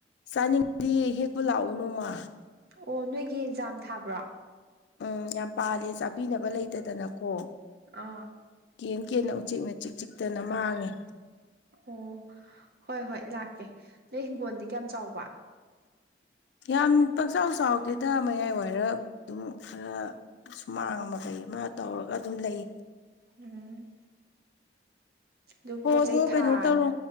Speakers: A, on the left; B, on the right.
A: ꯆꯥꯅꯤꯡꯉꯗꯤ ꯍꯦꯛꯄ ꯂꯥꯛꯑꯣ ꯅꯨꯃ
B: ꯑꯣ ꯅꯣꯏꯒꯤ ꯑꯦꯟꯖꯥꯝ ꯊꯥꯕ꯭ꯔꯣ
A: ꯎꯝ ꯌꯥꯝ ꯄꯥꯜꯂꯦ ꯆꯥꯕꯤꯅꯕ ꯂꯩꯇꯗꯅꯀꯣ
B: ꯑꯥ
A: ꯀꯦꯟ ꯀꯦꯟꯅ ꯎꯆꯦꯛꯅ ꯆꯤꯛ ꯆꯤꯛꯇꯅ ꯃꯥꯡꯉꯦ
B: ꯑꯣ ꯍꯣꯏ ꯍꯣꯏ ꯂꯥꯛꯀꯦ ꯅꯣꯏ ꯍꯤꯡꯒꯣꯜꯗꯤ ꯀꯌꯥꯝ ꯆꯥꯎꯕ
A: ꯌꯥꯝ ꯄꯥꯛꯆꯥꯎ ꯆꯥꯎꯗꯦꯗ ꯃꯌꯥꯏ ꯋꯥꯏꯔ ꯑꯗꯨꯝ ꯈꯔ ꯁꯨꯃꯥꯡ ꯑꯃ ꯀꯩ ꯃꯥ ꯇꯧꯔꯒ ꯑꯗꯨꯝ ꯂꯩ
B: ꯎꯝ ꯑꯗꯨꯝ
A: ꯍꯣꯏꯗꯣ
B: ꯄꯣꯠ ꯆꯩꯩ ꯊꯥꯗꯅ
A: ꯀꯩꯅꯣ ꯇꯧꯔꯣ